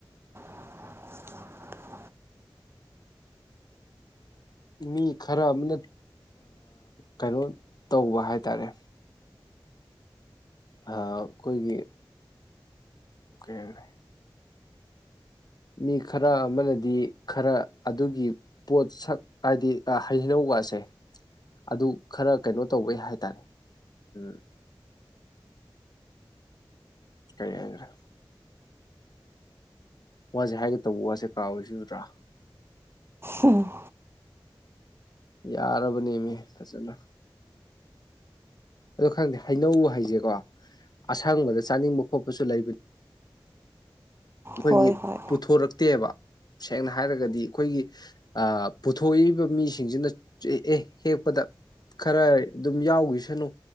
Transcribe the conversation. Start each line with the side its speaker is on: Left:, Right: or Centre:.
Right: <inaudible>
Left: ꯃꯤ ꯈꯔ ꯑꯃꯅ ꯀꯩꯅꯣ ꯇꯧꯕ ꯍꯥꯏꯇꯥꯔꯦ ꯑꯩꯈꯣꯏꯒꯤ ꯀꯩ ꯍꯥꯏꯔꯦ ꯃꯤ ꯈꯔ ꯑꯃꯅꯗꯤ ꯈꯔ ꯑꯗꯨꯒꯤ ꯄꯣꯠꯁꯛ ꯍꯥꯏꯗꯤ ꯍꯩꯅꯧ ꯀꯁꯦ ꯑꯗꯨ ꯈꯔ ꯀꯩꯅꯣ ꯇꯧꯕꯩ ꯍꯥꯏꯇꯥꯔꯦ ꯎꯝ ꯀꯩ ꯍꯥꯏꯖꯔꯦ ꯋꯥꯁꯦ ꯍꯥꯏꯒꯦ ꯇꯧꯕ ꯋꯥꯁꯦ ꯀꯥꯎꯏꯁꯤ ꯎꯗ꯭ꯔꯥ
Right: ꯎꯝ
Left: ꯌꯥꯔꯕꯅꯦꯃꯤ ꯐꯖꯅ ꯑꯗꯣ ꯈꯪꯗꯦ ꯍꯩꯅꯧ ꯍꯩꯁꯦꯀꯣ ꯑꯁꯪꯕꯗ ꯆꯥꯅꯤꯡꯕ ꯈꯣꯠꯄꯁꯨ ꯂꯩꯕꯅꯤ ꯑꯩꯈꯣꯏꯒꯤ
Right: ꯍꯣꯏ ꯍꯣꯏ
Left: ꯄꯨꯊꯣꯔꯛꯇꯦꯕ ꯁꯦꯡꯅ ꯍꯥꯏꯔꯒꯗꯤ ꯑꯩꯈꯣꯏꯒꯤ ꯄꯨꯊꯣꯛꯏꯕ ꯃꯤꯁꯤꯡꯁꯤꯅ ꯑꯦ ꯍꯦꯛ ꯈꯔ ꯑꯗꯨꯝ ꯌꯥꯎꯒꯤꯁꯅꯨ